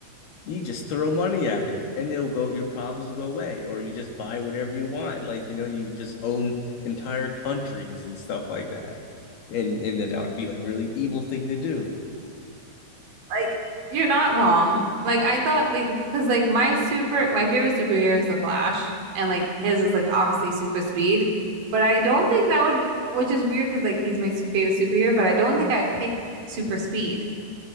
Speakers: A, on the left; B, on the right.
A: you just throw money at it and it'll go, your problems will go away. Or you just buy whatever you want. Like, you know, you just own entire countries and stuff like that. And and that, that would be like really evil thing to do.
B: Like you're not wrong. Like I thought, like because like my super, my favorite superhero is the Flash, and like his is like obviously super speed. But I don't think that would, which is weird because like he's my su- favorite superhero, but I don't think I'd pick super speed.